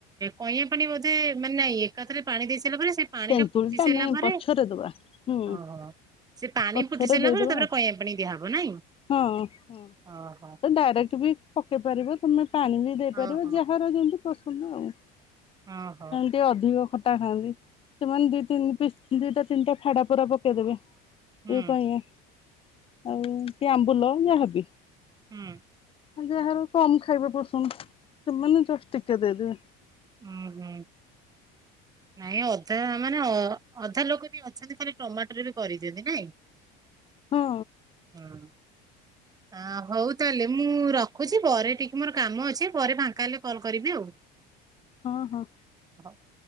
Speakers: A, on the right; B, on the left.
A: କଇଁଆ ପାଣି ବୋଧେ ମାନେ ଏକା ଥରକେ ପାଣି ଦେଇ ସାରିଲା ପରେ ସେ ପାଣି
B: ତେନ୍ତୁଳି
A: ଫୁଟି
B: ଟା
A: ସାରିଲା
B: ଆମେ
A: ପରେ
B: ପଛରେ ଦବା ହୁଁ।
A: ଓହୋ। ସେ ପାଣି
B: ପଛରେ
A: ଫୁଟି ସାରିଲା
B: ଦେଇଦବା
A: ପରେ ତାପରେ କଇଁଆ ପାଣି ଦିଆହବ ନାଇଁ?
B: ହଁ ହଁ
A: ଓହୋ।
B: ଡାଇରେକ୍ଟ ବି ପକେଇ ପାରିବ ତମେ ପାଣି ବି ଦେଇପାରିବ
A: ଓହୋ
B: ଯାହାର ଯେମିତି ପସନ୍ଦ ଆଉ।
A: ଅ ହ।
B: ଯିଏ ଅଧିକ ଖଟା ଖାଆନ୍ତି ସେମାନେ ଦି ତିନି ପିସ ଦିଟା ତିନିଟା ଫାଡା ପୁରା ପକେଇଦେବେ।
A: ହୁଁ
B: ଏ କଇଁଆ ଆଉ କି ଆମ୍ବୁଲ ଯାହାବି।
A: ହୁଁ।
B: ହଁ ଯାହାର କମ ଖାଇବା ପସନ୍ଦ ସେମାନେ ଜଷ୍ଟ ଟିକେ ଦେବେ।
A: ହୁଁ ହୁଁ। ନାଇଁ ଅଧା ମାନେ ଅଧା ଲୋକ ବି ଅଛନ୍ତି ଖାଲି ଟମାଟରେ ବି କରିଦିଅନ୍ତି ନାଇଁ।
B: ହଁ
A: <unintelligible> ହଁହୋଉ ତାଲେ ମୁଁ ରଖୁଚି ପରେ ଟିକେ ମୋର କାମ ଅଛି ପରେ ଫାଙ୍କା ହେଲେ କଲ୍ କରିବି ଆଉ।
B: ହଁ ହଁ।
A: <unintelligible>